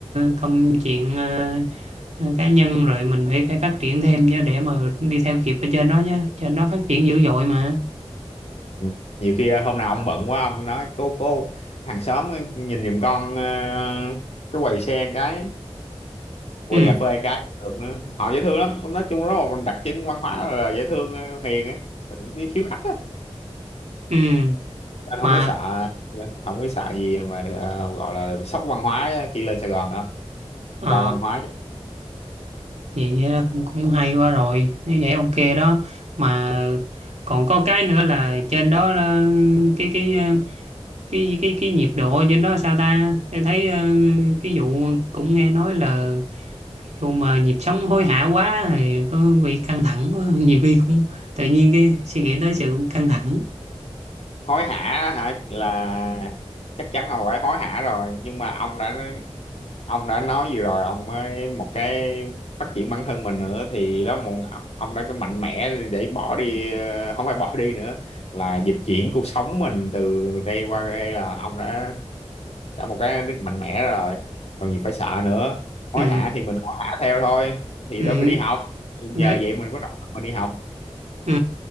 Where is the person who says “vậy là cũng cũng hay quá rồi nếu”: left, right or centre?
Right